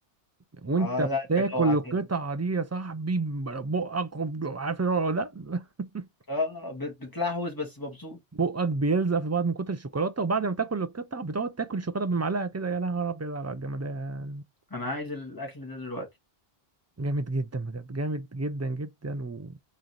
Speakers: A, on the right; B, on the left.
A: وانت
B: اه لا انت
A: بتاكل
B: جوعتني
A: القطعه دي يا صاحبي بقك وب- عارف الوضع ده <laughs>
B: اه بت- بتلحوز بس مبسوط
A: بقك بيلزق في بعض من كتر الشوكولاته وبعد ما تاكل القطعه بتقعد تاكل الشوكولاته بالمعلقه كده يا نهار ابيض على الجمدان
B: انا عايز الاكل ده دلوقتي
A: جامد جدا بجد جامد جدا جدا و...